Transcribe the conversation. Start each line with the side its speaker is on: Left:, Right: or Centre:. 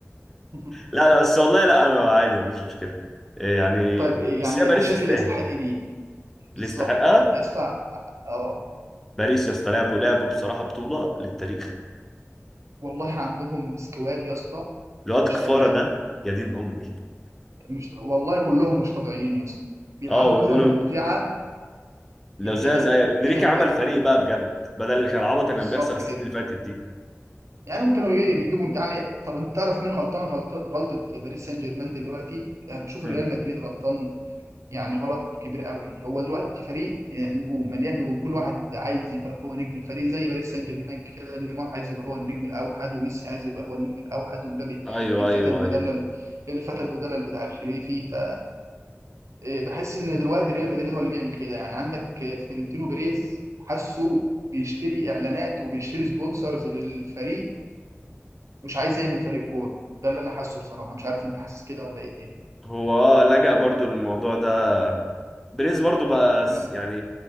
Right: <laughs>
Centre: لا لا بس والله لا انا عادي ما عنديش مشكلة إيه يعني
Right: طيب إيه يعني
Centre: بس هي باريس
Right: انت شايف
Centre: تستاهل
Right: اللي يستحق مين بالظبط
Centre: اللي يستحقها
Right: كده يا اسطى اه
Centre: باريس يا اسطى لعبوا لعبوا بصراحة بطولة للتاريخ
Right: والله عندهم سكواد يا اسطى
Centre: الواد
Right: مش
Centre: كفارة
Right: طبيعي
Centre: ده يا دين امي
Right: مش والله كلهم مش طبيعيين يا اسطى بيلعبوا
Centre: اه ونونو
Right: كرة ممتعة
Centre: لو
Right: يعني
Centre: زي
Right: ايه ده
Centre: زي انريكي
Right: ايه ده بجد
Centre: عمل فريق بقى بجد بدل اللي كان العبط اللي
Right: بالظبط
Centre: كان بيحصل السنين
Right: كده
Centre: اللي فاتت دي
Right: يعني هم كانوا ايه بيجيبوا يعني طب انت تعرف مين غلطان غلط... غلطة باريس سان جيرمان دلوقتي يعني بشوف
Centre: مم.
Right: الريال مدريد غلطان يعني غلط كبير قوي هو دلوقتي فريق آه، نجوم مليان نجوم كل واحد عايز يبقى هو نجم الفريق زي باريس سان جيرمان كده نيمار عايز يبقى هو النجم الاوحد وميسي عايز يبقى هو النجم الاوحد ومبابي
Centre: ايوه
Right: الفتى
Centre: ايوه
Right: المدلل
Centre: ايوه
Right: الفتى المدلل بتاع الخليفي ف إيه، بحس ان دلوقتي ريال مدريد هو اللي بيعمل كده يعني عندك آه، فلورنتينو بيريز حاسه بيشتري اعلانات وبيشتري سبونسرز للفريق ومش عايز يعمل فريق كوره ده اللي انا حاسه بصراحه مش عارف انت حاسس كده ولا ايه
Centre: هو اه لجأ برضو للموضوع ده بريز برضو بقى س-
Right: تاني
Centre: يعني